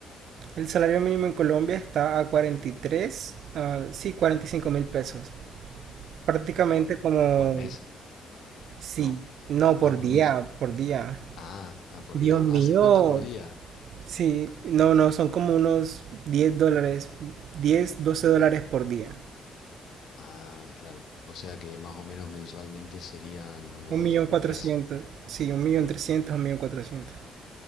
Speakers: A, on the right; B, on the left.
A: el salario mínimo en Colombia está a 43, ah, sí, cuarenta y cinco mil pesos. Prácticamente
B: por, me-
A: como,
B: por mes.
A: sí,
B: No.
A: no, por
B: Ah, por
A: día,
B: mes.
A: por día.
B: Ah, ah, por
A: Dios
B: día.
A: mío,
B: Ah, se cuenta por día.
A: sí, no, no, son como unos 10 dólares, 10 12 dólares por día.
B: Ah, claro. O sea que más o menos mensualmente serían unos
A: Un millón cuatrocientos,
B: tres,
A: sí, un millón trescientos, un millón cuatrocientos.